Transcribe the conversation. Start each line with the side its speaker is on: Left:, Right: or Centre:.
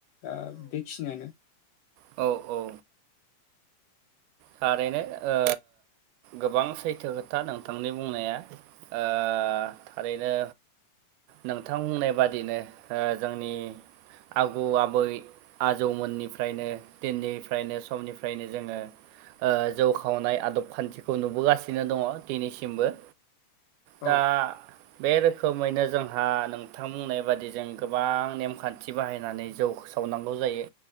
Left: ओ‌ बेखिनियानो
Right: औ औ थारैनो ओ गोबां सैथो खोथा नोंथांनि बुंनाया ओ थारैनो नोंथां बुंनाय बादिनो ओ जोंनि आबौ आबै आजौ मोननिफ्रायनो दिननिफ्रायनो समनिफ्रायनो जोङो ओ जौ खावनाय आदब खान्थिखौ नुनो गासिनो दङ दिनैसिमबो
Left: औ
Right: दा बे रोखोमैनो जोंहा नोंथां बुंनाय बादि जों गोबां नेमखान्थि बाहायनानै जौ सावनांगौ जायो